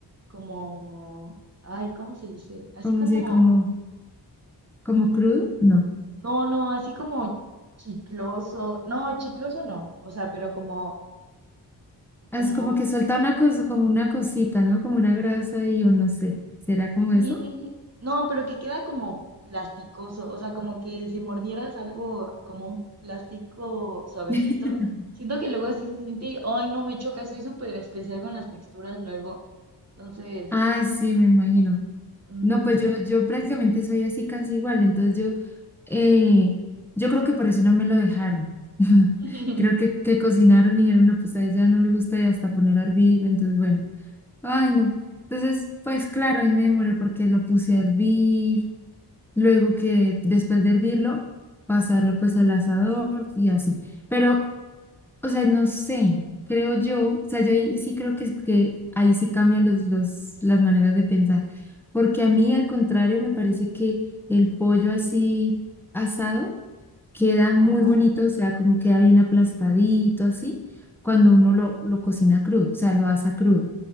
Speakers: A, on the right (about 35°); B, in the centre.
A: como, ay, ¿cómo se dice? Así
B: ¿Cómo
A: como
B: se, como, como crudo? No.
A: no, no, así como chicloso. No, chicloso no. O sea, pero como, como,
B: Es como que suelta una cosa, como una cosita, ¿no? Como una grasa y yo no sé. ¿Será como
A: sí,
B: eso?
A: no, pero que queda como plasticoso. O sea, como que si mordieras algo como un plástico suavecito,
B: <laughs>
A: siento que luego así se siente, y, ay, no me choca, soy súper especial con las texturas luego. Entonces,
B: Ay, sí, me imagino.
A: mm,
B: No, pues yo, yo prácticamente soy así casi igual. Entonces Eh, yo creo que por eso no me lo dejaron. <laughs>
A: <laughs>
B: Creo que, que cocinaron y dijeron, no, pues a ella no le gusta y hasta poner a hervir. Entonces, bueno, ay, no. Entonces, pues claro, ahí me demoré porque lo puse a hervir. Luego que después de hervirlo, pasarlo pues al asador y así. Pero, o sea, no sé, creo yo, o sea, yo ahí sí creo que, es que ahí sí cambian los, los, las maneras de pensar. Porque a mí, al contrario, me parece que el pollo así asado queda muy
A: Ajá,
B: bonito, o sea, como queda bien aplastadito, así, cuando uno lo, lo cocina crudo, o sea, lo asa crudo.